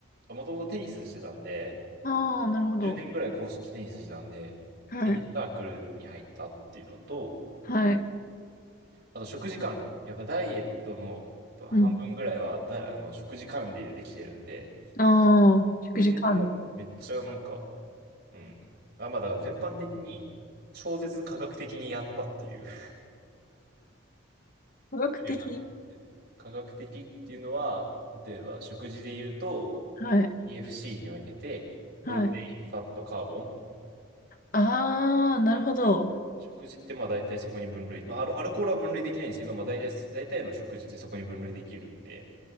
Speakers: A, on the right (about 55°); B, on the left (about 45°).
A: もともとテニスしてたんで、
B: ああー、なるほど。
A: 10年ぐらい公式テニスしてたんで、
B: はい。
A: テニスサークルに入ったっていうのと、
B: はい。
A: あと食事管理。やっぱダイエットのやっぱ半分ぐらいはだ、
B: うん。
A: あの、食事管理でできてるんで、
B: ああ、食事管理。
A: 食事もめっちゃなんか、うん。あ、まあだから全般的に超絶科学的にやったっていう <laughs> こ
B: 科学的。
A: とにはなるんですけど、科学的っていうのは、例えば食事で言うと、
B: はい。
A: EFC に分けて、プロテイン、
B: はい。
A: ファット、カーボン。
B: ああ、なるほど。
A: 食事ってまあ大体そこに分類。まあアル、アルコールは分類できないんですけど、まあ大体、大体の食事ってそこに分類できるんで、